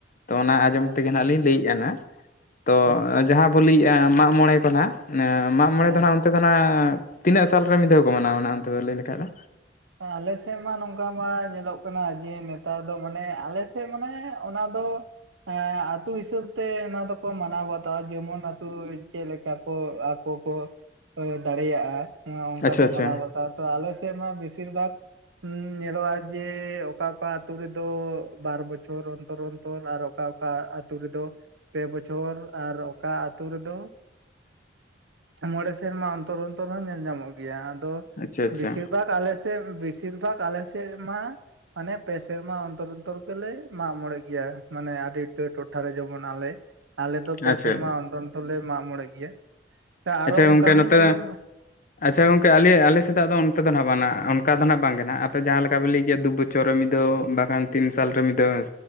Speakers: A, on the left; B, on the right.
A: ᱛᱚ ᱚᱱᱟ ᱟᱸᱡᱚᱢ
B: ᱦᱮᱸ
A: ᱛᱮᱜᱮ ᱱᱟᱦᱟᱜ ᱞᱤᱧ ᱞᱟᱹᱭᱮᱫᱼᱟᱱᱟ᱾ ᱛᱚ
B: ᱦᱮᱸ ᱟᱪᱪᱷᱟ
A: ᱡᱟᱦᱟᱸ ᱵᱚ ᱞᱟᱹᱭᱮᱫᱼᱟ ᱢᱟᱜ ᱢᱚᱬᱮ ᱠᱚᱦᱟᱜ ᱢᱟᱜ ᱢᱚᱬᱮ
B: ᱦᱮᱸ
A: ᱫᱚ ᱱᱟᱦᱟᱜ ᱚᱱᱛᱮᱼᱼ ᱛᱤᱱᱟᱹᱜ ᱥᱟᱞᱨᱮ ᱢᱤᱫ ᱫᱷᱟᱣ ᱠᱚ ᱢᱟᱱᱟᱣᱟ ᱚᱱᱟ ᱚᱱᱛᱮ ᱫᱚ ᱞᱟᱹᱭ ᱞᱮᱠᱷᱟᱡ ᱫᱚ?
B: ᱟᱞᱮ ᱥᱮᱫ ᱢᱟ ᱱᱚᱝᱼᱠᱟ ᱢᱟ ᱧᱮᱞᱚᱜ ᱠᱟᱱᱟ ᱡᱮ ᱱᱮᱛᱟᱨ ᱫᱚ ᱢᱟᱱᱮ ᱟᱞᱮ ᱥᱮᱫ ᱢᱟᱱᱮ ᱚᱱᱟ ᱫᱚᱼᱼ ᱦᱮᱸ ᱟᱛᱩ ᱦᱤᱥᱟᱹᱵ ᱛᱮ ᱚᱱᱟ ᱫᱚᱠᱚ ᱢᱟᱱᱟᱣ ᱵᱟᱛᱟᱣᱟ ᱡᱮᱢᱚᱱ ᱟᱛᱩ ᱪᱮᱫ ᱞᱮᱠᱟ ᱠᱚᱼᱼ ᱠᱚᱠᱚ ᱫᱟᱲᱮᱭᱟᱜᱼᱟ᱾ ᱚᱱᱠᱟ
A: ᱟᱪᱪᱷᱟ
B: ᱠᱚ
A: ᱟᱪᱪᱷᱟ
B: ᱢᱟᱱᱟᱣ ᱵᱟᱛᱟᱣᱟ ᱛᱚ ᱟᱞᱮ ᱥᱮᱫ ᱢᱟ ᱵᱮᱥᱤᱨ ᱵᱷᱟᱜ ᱧᱮᱞᱚᱜᱼᱟ᱾ ᱡᱮ ᱚᱠᱟ ᱚᱠᱟ ᱟᱛᱳ ᱨᱮᱫᱚ ᱵᱟᱨ ᱵᱚᱪᱷᱚᱨ ᱚᱱᱛᱚᱨ ᱚᱱᱛᱚᱨ ᱟᱨ ᱚᱠᱟ ᱚᱠᱟ ᱟᱛᱳ ᱨᱮᱫᱚᱼᱼ ᱯᱮ ᱵᱚᱪᱷᱚᱨ ᱟᱨ ᱚᱠᱟ ᱟᱹᱛᱩᱳ ᱨᱮᱫᱚ ᱦᱮ ᱢᱚᱬᱮ ᱥᱮᱨᱢᱟ ᱚᱱᱛᱚᱨ ᱚᱱᱛᱚᱨ ᱦᱚᱸ ᱧᱮᱞ ᱧᱟᱢᱚᱜ ᱜᱮᱭᱟ ᱟᱫᱚ
A: ᱟᱪᱪᱷᱟ ᱟᱪᱪᱷᱟ
B: ᱵᱮᱥᱤ ᱵᱷᱟᱜ ᱟᱞᱮᱼᱼ ᱵᱮᱥᱤ ᱵᱷᱟᱜᱽ ᱟᱞᱮᱥᱮᱫ ᱢᱟ ᱢᱟᱱᱮ ᱯᱮ ᱥᱮᱨᱢᱟ ᱚᱱᱛᱚᱨ ᱚᱱᱛᱚᱨ ᱜᱮᱞᱮ ᱢᱟᱜ ᱢᱚᱬᱮ ᱜᱮᱭᱟ ᱢᱟᱱᱮ ᱟᱹᱰᱤ ᱩᱛᱟᱹᱨ ᱴᱚ ᱴᱷᱟᱨᱮ ᱡᱮᱢᱚᱱ ᱟᱞᱮ ᱟᱞᱮᱚ ᱯᱮ
A: ᱟᱪᱪᱷᱟ
B: ᱥᱮᱨᱢᱟ ᱚᱱᱛᱚᱨ ᱚᱱᱛᱚᱨ ᱞᱮ ᱢᱟᱜ ᱢᱚᱬᱮ ᱜᱮᱭᱟ ᱟᱨᱚ
A: ᱟᱪᱪᱷᱟ ᱜᱚᱝᱠᱮ
B: ᱚᱱᱠᱟ ᱦᱚᱞᱤᱧ
A: ᱱᱚᱛᱮ
B: ᱟᱸᱡᱚᱢᱟᱼᱼ
A: ᱟᱪᱪᱷᱟ ᱜᱚᱝᱼᱠᱮ ᱟᱞᱮ ᱟᱞᱮ ᱮᱫᱟᱜ ᱫᱚ ᱚᱱᱛᱮ ᱫᱚ ᱦᱜ ᱵᱟᱝ ᱚᱱᱠᱟ ᱫᱚ ᱟᱸᱱᱟᱜ ᱵᱟᱝᱜᱮ ᱦᱱᱟᱜ ᱡᱟᱦᱟᱸ ᱞᱮᱠᱟᱯᱮ ᱞᱟᱹᱭ ᱠᱮᱫᱮᱜᱭᱟ ᱫᱩ ᱵᱚᱪᱷᱚᱨ ᱨᱮ ᱢᱤᱫᱷᱟᱣ ᱵᱟᱠᱷᱟᱱ ᱛᱤᱱ ᱥᱟᱞᱨᱮ ᱢᱤᱫ ᱫᱷᱟᱣ